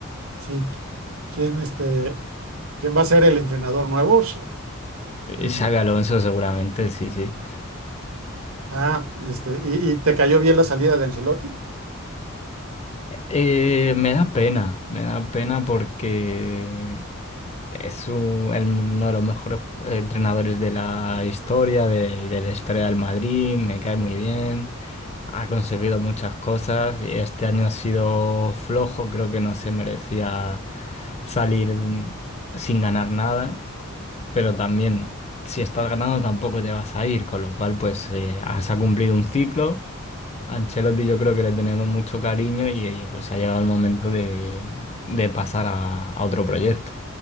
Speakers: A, on the right (about 85°); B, on the left (about 30°).
A: Sí, ¿quién, este, quién va a ser el entrenador nuevo? Sh-
B: Eh,
A: del
B: Xabi
A: Madrid.
B: Alonso seguramente, sí, sí.
A: Ah, este, ¿y, y te cayó bien la salida de Ancelotti?
B: Eh, me da pena, me da pena porque es u- el- uno de los mejores ju- eh, entrenadores de la historia, de, de la historia del Madrid, me cae muy bien, ha conseguido muchas cosas y este año ha sido flojo, creo que no se merecía salir sin ganar nada, pero también si estás ganando tampoco te vas a ir, con lo cual pues eh, has ha cumplido un ciclo. A Ancelotti yo creo que le tenemos mucho cariño y eh, pues ha llegado el momento de, de pasar a, a otro proyecto.